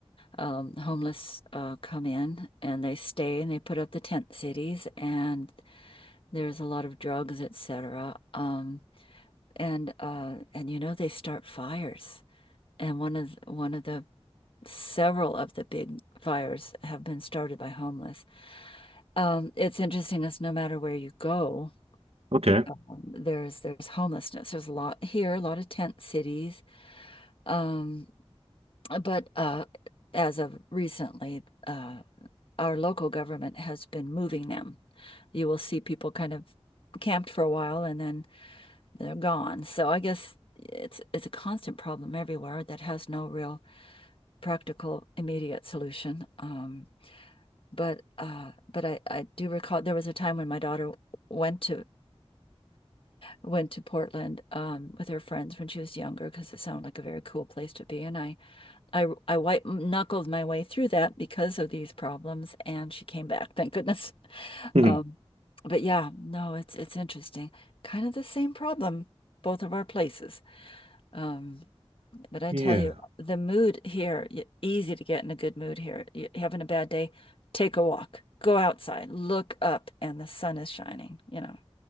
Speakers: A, on the left (about 55°); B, on the right (about 70°).
A: Um, homeless uh, come in and they stay and they put up the tent cities and there's a lot of drugs, etc. Um, and uh, and you know they start fires. And one of one of the several of the big fires have been started by homeless. Um, it's interesting as no matter where you go,
B: Okay.
A: um, there's there's homelessness. There's a lot here, a lot of tent cities. Um, Uh, But uh, as of recently, uh, our local government has been moving them. You will see people kind of camped for a while and then they're gone. So I guess it's it's a constant problem everywhere that has no real practical immediate solution. Um, but uh, but I, I do recall there was a time when my daughter went to went to Portland um, with her friends when she was younger because it sounded like a very cool place to be, and I I I white knuckled my way through that because of these problems, and she came back, thank goodness. <laughs>
B: Mhm.
A: Um, but yeah, no, it's it's interesting. Kind of the same problem, both of our places. Um, but I
B: Yeah.
A: tell you, the mood here, y- easy to get in a good mood here. You having a bad day, take a walk, go outside, look up, and the sun is shining, you know.